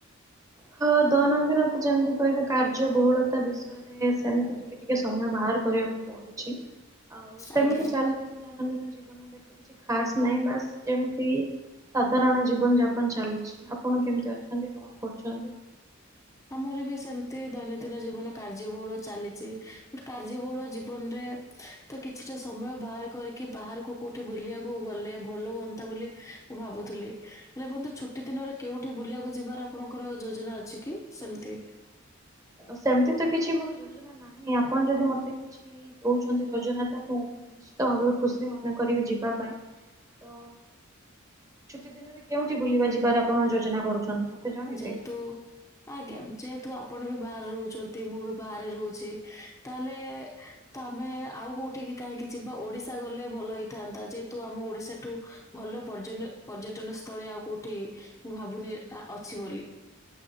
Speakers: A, on the right; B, on the left.
A: ହଁ ଦୈନନ୍ଦିନ ତ ଯେମିତି କହିବି କାର୍ଯ୍ୟ ବହୁଳତା ବିଷୟରେ ସେମିତି ଟିକେ ଟିକେ ସମୟ ବାହାର କରିବାକୁ ପଡୁଛି। ଆଉ ସେମିତି
B: ଆଜ୍ଞା।
A: ଚାଲିଚି ଦୈନନ୍ଦିନ ଜୀବନ ବେଶୀ କିଛି ଖାସ ନାହିଁ ବାସ୍ ଯେମିତି ସାଧାରଣ ଜୀବନ ଯାପନ ଚାଲିଚି ଆପଣ କେମିତି ଅଛନ୍ତି କଣ କରୁଚନ୍ତି?
B: ଆମର ବି ସେମିତି ଦୈନନ୍ଦିନ ଜୀବନ କାର୍ଯ୍ୟ ବହୁଳ ଚାଲିଚି କାର୍ଯ୍ୟବହୁଳ ଜୀବନରେ ତ କିଛିଟା ସମୟ ବାହାର କରିକି ବାହାରକୁ କୋଉଠି ବୁଲିବାକୁ ଗଲେ ଭଲ ହୁଅନ୍ତା ବୋଲି ମୁଁ ଭାବୁଥିଲି ହେଲେ ବନ୍ଧୁ ଛୁଟି ଦିନରେ କେଉଠି ବୁଲିବାକୁ ଯିବାର ଆପଣଙ୍କର ଯୋଜନା ଅଛି କି? ସେମତି
A: ସେମତି ତ କିଛି ମୋର ଯୋଜନା ନାହିଁ ଆ ପଣ ଯଦି ମତେ କିଛି କହୁଚନ୍ତି ଯୋଜନା ତ ମୁଁ ନିଶ୍ଚିତ ଭାବରେ ଖୁସି ମନେ କରିବି ଯିବା ପାଇଁ ତ ଛୁଟି ଦିନରେ କେଉଁ ଟି ବୁଲିବା ଯିବାର ଆପଣ ଯୋଜନା କରୁଛନ୍ତି ମତେ ଜଣିବେ।
B: ଯେହେତୁ ଆଜ୍ଞା ଯେହେତୁ ଆପଣ ବି ବାହାରେ ରହୁଚନ୍ତି ମୁଁ ବି ବାହାରେ ରହୁଚି ତାହେଲେ ତମେ ଆଉ କୋଉଠିକି କାହିଁକି ଯିବା ଓଡିଶା ଗଲେ ଭଲ ହେଇଥାନ୍ତା ଯେହେତୁ ଆମ ଓଡିଶାଠୁ ଭଲ ପର୍ଯ୍ୟନ ପର୍ଯ୍ୟଟନ ସ୍ଥଳୀ ଆଉ କୋଉଠି ମୁଁ ଭାବୁନି ଅଛି ବୋଲି।